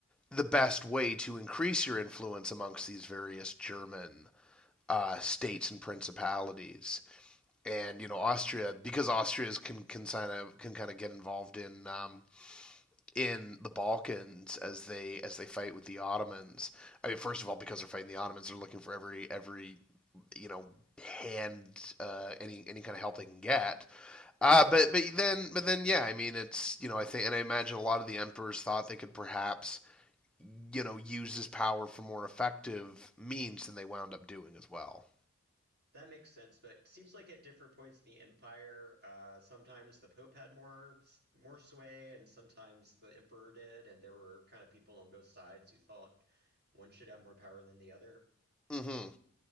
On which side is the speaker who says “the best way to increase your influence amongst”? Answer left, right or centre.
Centre